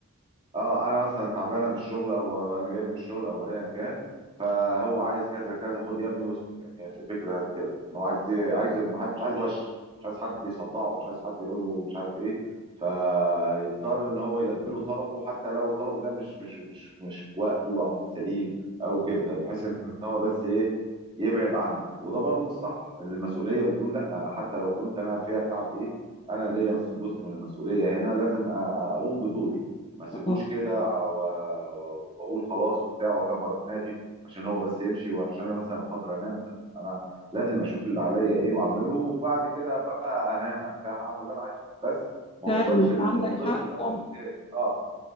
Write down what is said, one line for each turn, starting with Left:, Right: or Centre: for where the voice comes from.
Right: اه انا مثلا تعبانه من الشغل او انا جاي من الشغل او ايا كان فهو عايز كذا كذا خد يا ابني واسكت يعني هي في فكره كده ان هو عايز عايز المحد مش عايز وش مش عايز حد يصدعه مش عايز حد يقول له مش عارف ايه فيضطر ان هو يلبي له طلبه حتى لو طلبه ده مش مش مش مش في وقته او مش سليم او كده بحيث ان هو بس ايه يبعد عنه وده برضه مش صح ان المسؤوليه بتقول لا حتى لو كنت انا فيها تعب ايه انا ليا مس- جزء من المسؤوليه هنا لازم أ- اقوم بدوري ما سيبهوش
Left: آه،
Right: كده و- و- واقول خلاص وبتاع واكبر دماغي عشان هو بس يمشي وعشان انا مثلا خاطر انام لا انا لازم اشوف اللي عليا ايه واعمله وبعد كده بقى انام ارتاح اعمل اللي انا عايزه بس ما
Left: فعلا
Right: وصلش
Left: أنت
Right: الطفل
Left: عندك حق
Right: او
Left: طبعا
Right: ال- اه